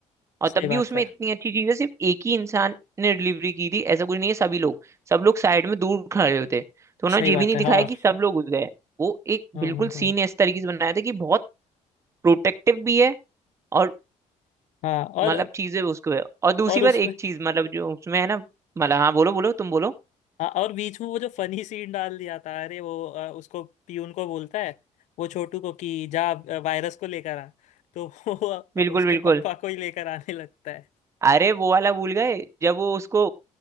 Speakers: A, on the right; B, on the left.
A: और
B: सही
A: तब भी
B: बात
A: उसमें
B: है
A: इतनी अच्छी चीज है सिर्फ एक ही इंसान ने डिलीवरी की थी ऐसा कुछ नहीं है सभी लोग सब लोग साइड में दूर खड़े होते तो उन्होंने
B: सही
A: ये
B: बात
A: भी नहीं
B: है
A: दिखाया
B: हाँ
A: कि सब लोग घुस गए वो एक
B: हम्म
A: बिल्कुल
B: हम्म हम्म,
A: सीन इस तरीके से बनाया था कि बहुत प्रोटेक्टिव भी है और
B: हाँ और
A: मतलब चीजें उसको है और दूसरी
B: और
A: बात
B: उसमें
A: एक चीज मतलब जो उसमें है ना मतलब हाँ बोलो बोलो तुम बोलो
B: हाँ और बीच में वो जो फनी सीन डाल दिया था अरे वो अ, उसको पीयून को बोलता है वो छोटू को कि जा अ, वायरस को लेकर आ तो वो
A: बिल्कुल
B: उसके
A: बिल्कुल
B: पापा को ही लेकर आने लगता है
A: अरे वो वाला भूल गए जब वो उसको